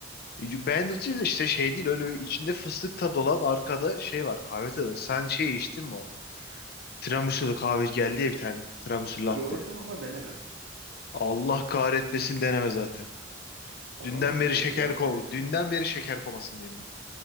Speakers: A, on the left; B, on the right.
A: Ben de işte şey değil öyle bir içinde fıstık tadı olan arkada şey var kahve tadı. Sen şey içtin mi o? Tiramisu'lu kahve geldi ya bir tane. Tiramisu latte.
B: Gördüm ama denemedim.
A: Allah kahretmesin deneme zaten.
B: O
A: Dünden
B: kadar mı
A: beri
B: kötü
A: şeker
B: ya?
A: ko Dünden beri şeker komasındayım ben.